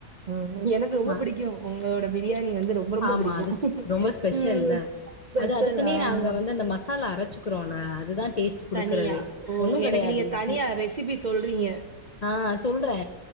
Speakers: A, on the right; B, on the left.
A: ம் எனக்கு ரொம்ப
B: ஆ
A: பிடிக்கு உங்களோட பிரியாணி வந்து ரொம்ப ரொம்ப
B: ஆமா
A: பிடிக்கு
B: அது ஸ்- ரொம்ப ஸ்பெஷல்ல
A: ம் ஸ்பெஷலா
B: அது அதுக்குன்னே நாங்க வந்து அந்த மசாலா அரைச்சுப் றோல அதுதா டேஸ்ட் குடுக்கறதே
A: தனியா ஓ
B: ஒன்னு கெடையாது
A: எனக்கு நீங்க தனியா
B: சி
A: ரெசிபி சொல்றீங்க
B: ஆ சொல் றே